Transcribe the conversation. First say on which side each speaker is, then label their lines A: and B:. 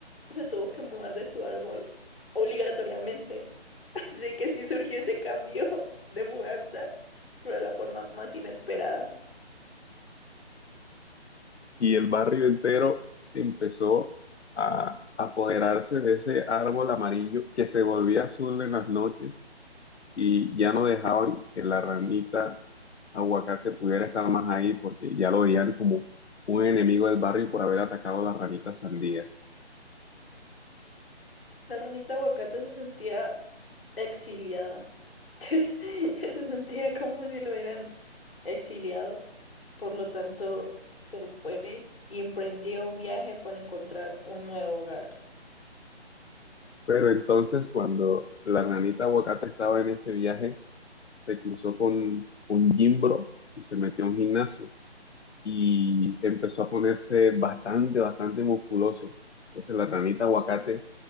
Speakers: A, on the left; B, on the left.
A: se tuvo que mudar de su árbol obligatoriamente. <laughs> Así que sí surgió ese cambio de mudanza, pero de la forma más inesperada.
B: y el barrio entero empezó a apoderarse de ese árbol amarillo que se volvía azul en las noches y ya no dejaban que la ranita aguacate pudiera estar más ahí porque ya lo veían como un enemigo del barrio por haber atacado a la ranita sandía.
A: La ranita aguacate se sentía exiliada. <laughs> Se sentía como si lo hubieran exiliado. Por lo tanto, se fue y emprendió un viaje para encontrar un nuevo hogar.
B: Pero entonces cuando la ranita aguacate estaba en ese viaje, se cruzó con un gimbro y se metió a un gimnasio. y empezó a ponerse bastante, bastante musculoso. Entonces la ranita aguacate